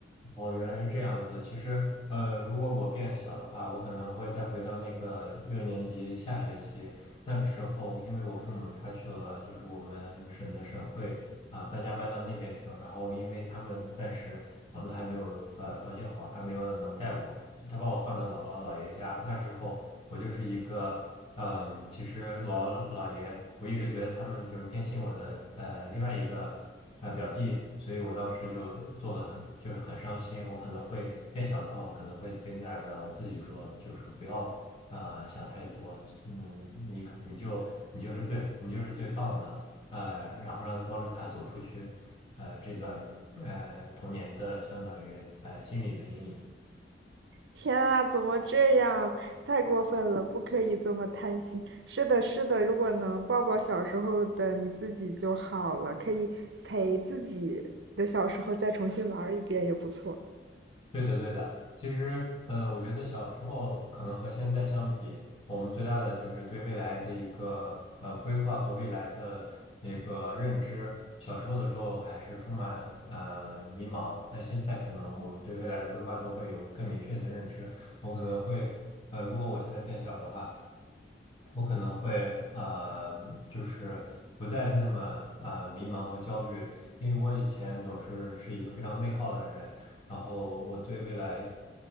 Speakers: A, on the left (about 25°); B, on the right (about 65°).
A: 哦，原来是这样子。其实，呃，如果我变小的话，我可能会再回到那个六年级下学期那个时候，因为我父母他去了，就是我们省的省会啊、搬家搬到那边去了。然后，因为他们暂时房子还没有呃装修好，他没有能带我，就他把我放到姥姥姥爷家。那时候，我就是一个，嗯，其实老姥姥爷，我一直觉得他们就是偏心我的，呃，另外一个，呃，表弟，所以我当时就做了很，就是很伤心。我可能会变小的话，我可能会对那个我自己说，就是不要，呃，想太多，嗯，你可你就你就是最你就是最棒的，呃，然后让他帮助他走出去，呃，这段呃童年的相当于呃心理的阴影。
B: 天啊，怎么这样？太过分了，不可以这么贪心。是的，是的，如果能抱抱小时候的你自己就好了，可以陪自己的小时候再重新玩一遍也不错。
A: 对的，对的。其实，呃，我觉得小时候可能和现在相比，我们最大的就是对未来的一个呃规划和未来的那个认知。小时候的时候还是充满呃迷茫，但现在可能我们对未来的规划都会有更明确的认知。我可能会，呃，如果我现在变小的话。我可能会呃，就是不再那么呃迷茫和焦虑，因为我以前总是是一个非常内耗的人，然后我对未来